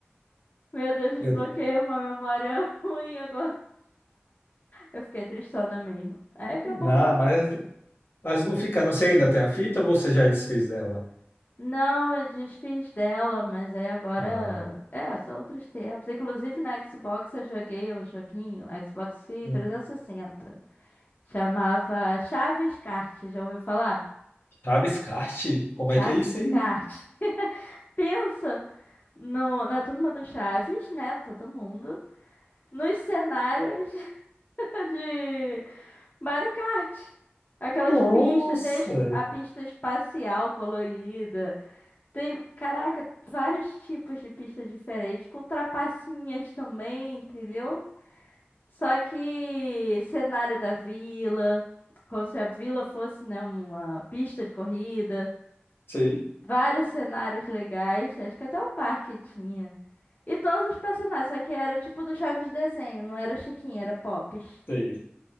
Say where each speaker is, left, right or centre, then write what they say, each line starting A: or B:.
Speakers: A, on the left (about 45°); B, on the left (about 65°).
A: Meu Deus, desbloqueei
B: Eu...
A: uma memória <laughs> ruim agora. Eu fiquei tristona mesmo. Aí acabou
B: Não,
A: que
B: mas, mas não fica. Não sei, ainda tem a fita ou você já desfez dela?
A: Não, eu desfiz dela, mas aí agora.
B: Ah,
A: É, são outros tempos. Inclusive na Xbox eu joguei um joguinho, Xbox
B: hum.
A: 360. Chamava Chaves Kart, já ouviu falar?
B: Chaves Kart? Como
A: Chaves
B: é que é isso aí?
A: Kart. <laughs> Pensa no, na turma do Chaves, né? Todo mundo. Nos cenários <laughs> de Mario Kart. Aquelas
B: Nossa!
A: pistas, tem as- a pista espacial colorida. Tem, caraca, vários tipos de pista diferentes, com trapacinhas também, entendeu? Só que cenário da vila, como se a vila fosse, né, uma pista de corrida,
B: Sei,
A: vários cenários legais, acho que até o parque tinha. E todos os personagens, só que era tipo do Chaves desenho, não era Chiquinha, era Pops.
B: sei.